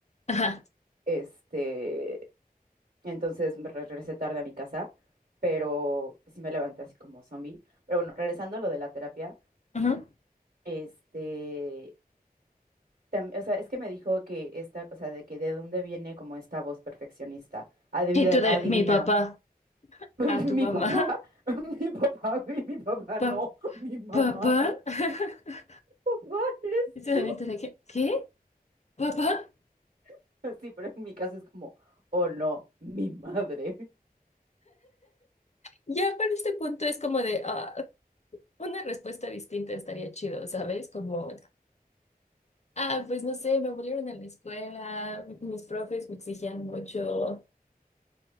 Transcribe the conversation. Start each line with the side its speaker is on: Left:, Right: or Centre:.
Left: Ajá.
Right: Este, entonces me re- regresé tarde a mi casa, pero sí me levanté así como zombie. Pero bueno, regresando a lo de la terapia,
Left: ujú.
Right: este, tam- o sea, es que me dijo que esta, o sea, de que de dónde viene como esta voz perfeccionista. Adivina,
Left: Y tú de
Right: adivina,
Left: mi papá
Right: <laughs>
Left: a tu
Right: mi
Left: mamá.
Right: papá, <laughs> mi papá, güey, mi papá
Left: Pa-
Right: no, mi mamá,
Left: ¿Papá?
Right: <laughs>
Left: <laughs>
Right: papá eres
Left: Y ese
Right: tú.
Left: momento de que, ¿qué? ¿Papá?
Right: <laughs> Sí, pero en mi caso es como, oh no, mi madre. <laughs>
Left: Ya para este punto es como de, ah, una respuesta distinta estaría chido, ¿sabes? Como, ah, pues no sé, me volvieron a la escuela, mis profes me exigían mucho.